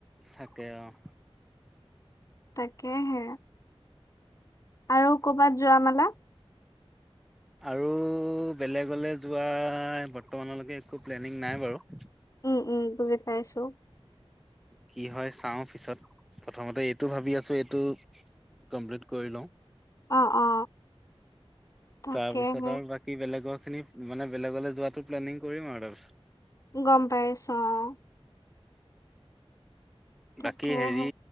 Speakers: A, in the centre; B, on the left (about 30°).
A: থাকে অঁ',
B: তাকে হে আৰু কৰ'বাত যোৱা মেলা?
A: আৰু বেলেগলৈ যোৱা বৰ্তমানলৈকে একো প্লেনিং নাই বাৰু
B: উম উম বুজি পাইছোঁ
A: কি হয় চাওঁ পিছত প্ৰথমতে এইটো ভাবি আছো এইটো কমপ্লিট কৰি লওঁ
B: অ অ তাকেহে
A: তাৰপিছত আৰু বাকী বেলেগৰ খিনি মানে বেলেগলৈ যোৱাতো প্লেনিং কৰিম আৰু তাৰ পিছত
B: গম পাইছো অঁ তাকেহে
A: বাকী হেৰি